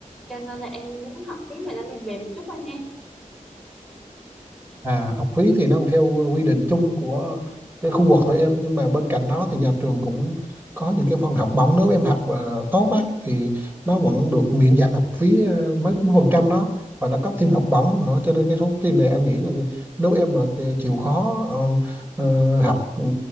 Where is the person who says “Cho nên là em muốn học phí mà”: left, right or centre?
Centre